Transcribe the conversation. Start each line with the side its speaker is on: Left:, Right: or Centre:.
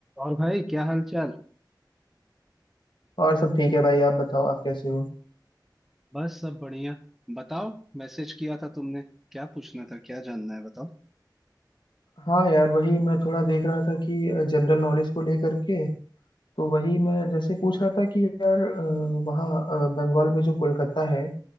Centre: और भाई क्या हाल चाल
Left: और सब ठीक है भाई आप बताओ आप कैसे हो
Centre: बस सब बढ़िया बताओ मैसेज किया था तुमने क्या पूछना था क्या जानना है बताओ
Left: हाँ यार वही मैं थोड़ा देख रहा था कि जनरल नॉलेज को लेकर के तो वही मैं जैसे पूछ रहा था कि यार अ, वहाँ अ, बंगाल में जो कोलकाता है